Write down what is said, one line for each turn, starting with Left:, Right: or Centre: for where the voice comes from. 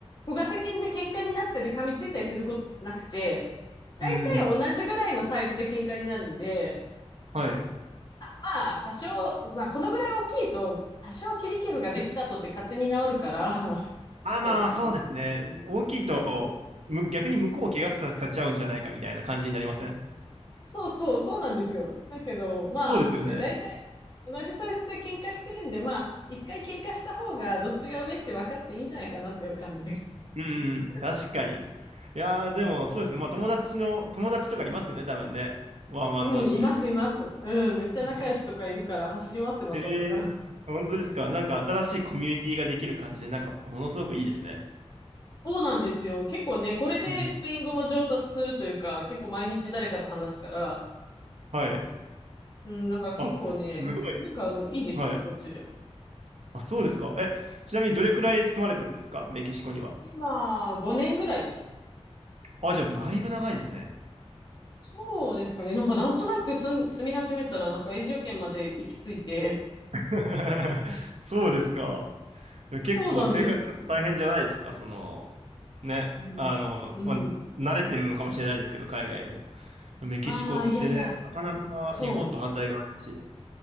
Left: 小型犬で喧嘩になったり噛みついたりすることなくて、だいたい同じぐらいのサイズで喧嘩になるんで、
Right: うんうん。はい。
Left: まあ、多少、まあ、このぐらい大きいと、多少切り傷ができたとって勝手に治るから、<laughs>
Right: まあまあ、
Left: もういいです。
Right: そうですね。大きいと、
Left: そうそう。
Right: む、逆に向こうを怪我させちゃうんじゃないかみたいな感じになりません
Left: そうそうそう、そうなんですよ。だけど、まあ、
Right: そうですよね。
Left: ね、大体同じサイズで喧嘩してるんで、まあ、一回喧嘩した方がどっちが上って分かっていいんじゃないかなっていう感じです。
Right: うんうん、
Left: <laughs>
Right: 確かに。いやー、でも、そうですね。まあ、友達の、友達とかいますよね、多分ね。ワンワン同士で。
Left: うん、います、います。うん、めっちゃ仲良しとかいるから走り回ってます、
Right: <laughs> えー、
Left: 朝から。
Right: 本当ですかなんか新しいコミュニティができる感じで、なんか、ものすごくいいですね。
Left: そうなんですよ。結構ね、これでスペイン語も上達するというか、
Right: うん
Left: 結構毎日誰かと話すから、
Right: はい。
Left: うん、なんか結構ね、
Right: あ、すごい。
Left: 犬飼うのいいですよ、
Right: はい。
Left: こっちでは。
Right: あ、そうですか。え、ちなみにどれくらい住まれてるんですかメキシコには。
Left: 今、5年ぐらいです。
Right: あ、じゃあ、だいぶ長いですね。
Left: そうですかね。なんかなんとなく住ん住み始めたら、なんか永住権まで行き着いて、
Right: <laughs> そうですか。結構生活とか大変じゃないですか、
Left: そうなんです。
Right: その、ね、
Left: うん。
Right: あの、
Left: うん。
Right: まあ、慣れてるのかもしれないですけど、海外を。メキシコってね、
Left: まあ、いやいや、
Right: なかなか日本と反対側だし。
Left: そう。